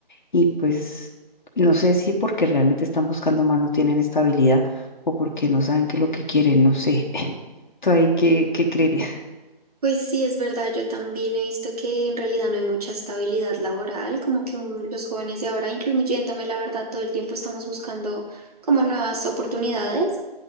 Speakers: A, on the left; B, on the right.
A: y pues no sé si porque realmente están buscando más no tienen estabilidad o porque no saben qué es lo que quieren, no sé. <laughs> ¿Tú ahí qué, qué creerías?
B: Pues sí, es verdad, yo también he visto que en realidad no hay mucha estabilidad laboral, como que un- los jóvenes de ahora, incluyéndome, la verdad, todo el tiempo estamos buscando como nuevas oportunidades,